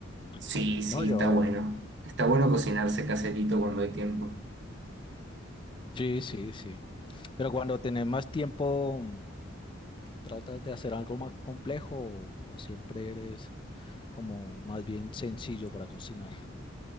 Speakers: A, on the left; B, on the right.
A: rico.
B: Sí, sí,
A: No, yo,
B: está bueno. Está bueno cocinarse caserito cuando hay tiempo.
A: Sí, sí, sí. Pero cuando tenés más tiempo, ¿tratas de hacer algo más complejo o, o siempre eres como más bien sencillo para cocinar?